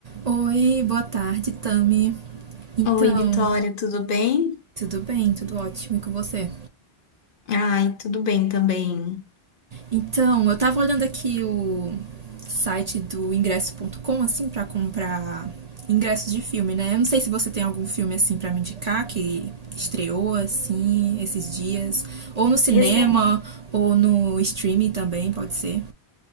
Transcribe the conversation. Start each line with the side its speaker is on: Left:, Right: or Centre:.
Right: Oi, boa tarde, Tami. Então,
Left: Oi, Vitória, tudo bem?
Right: tudo bem? Tudo ótimo e com você?
Left: Ai, tudo bem também.
Right: Então, eu tava olhando aqui o site do ingresso.com assim pra comprar ingressos de filme, né? Eu não sei se você tem algum filme assim pra me indicar que estreou assim esses dias, ou no cinema,
Left: Recen-
Right: ou no streaming também, pode ser.